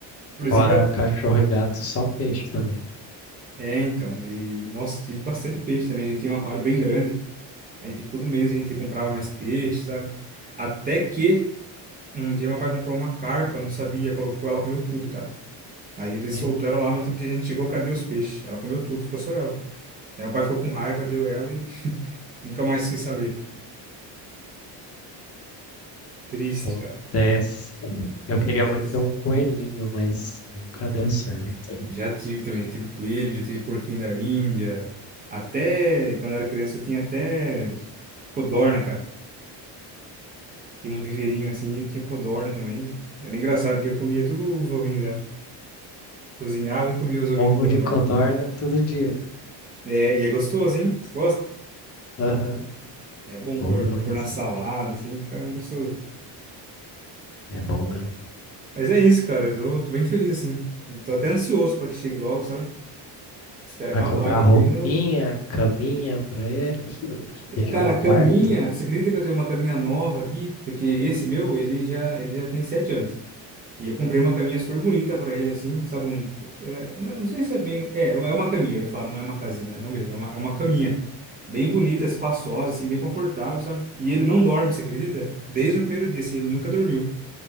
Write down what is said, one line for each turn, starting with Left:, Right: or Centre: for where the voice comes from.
Right: Inclusive,
Left: Fora cachorro e gato, só peixe também.
Right: é, então, e, nossa, tive bastante peixe também, a gente tinha um aquário bem grande. Aí, tipo, todo mês a gente comprava mais peixe, sabe? Até que Um dia meu pai comprou uma carpa, não sabia, colocou ela, comeu tudo, cara. Aí ele
Left: Nem.
Right: soltou ela lá, no outro dia a gente chegou, cadê os peixes? Ela comeu tudo, ficou só ela. Aí meu pai ficou com raiva, deu ela e <laughs> nunca mais quis saber. Triste,
Left: Acontece.
Right: cara.
Left: Eu
Right: Acontece.
Left: queria muito ter um coelhinho, mas nunca deu certo.
Right: Já tive também, já tive coelho, já tive porquinho da Índia. Até quando eu era criança eu tinha até codorna, cara. Tinha
Left: Uhum.
Right: um viveirinho assim e tinha codorna também. Era engraçado que eu comia tudo os ovinhos dela. Cozinhava e comia os ovinhos
Left: Ovo
Right: de codorna.
Left: de codorna todo dia.
Right: É, e é gostoso, hein? Você gosta?
Left: Aham.
Right: É bom
Left: Bom
Right: pôr,
Left: demais.
Right: pôr na salada, assim, fica gostoso.
Left: É bom mesmo.
Right: Mas é isso, cara. Eu tô, tô bem feliz, assim. Eu tô até ansioso pra que chegue logo, sabe? Espero
Left: Vai
Right: que ela
Left: comprar
Right: traga
Left: roupinha,
Right: bem no.
Left: caminha pra ele, deixar
Right: Cara,
Left: no
Right: a
Left: quarto.
Right: caminha. Você acredita que eu tenho uma caminha nova aqui? Porque esse meu, ele já, ele já tem sete anos. E eu comprei uma caminha super bonita pra ele, assim, sabe? Um, é, não, não sei se é bem. É, é uma caminha, eu ia falar, não é uma casinha, não mesmo. É uma, é uma caminha. Bem bonita, espaçosa, assim, bem confortável, sabe? E ele não dorme, você acredita? Desde o primeiro dia, assim, ele nunca dormiu.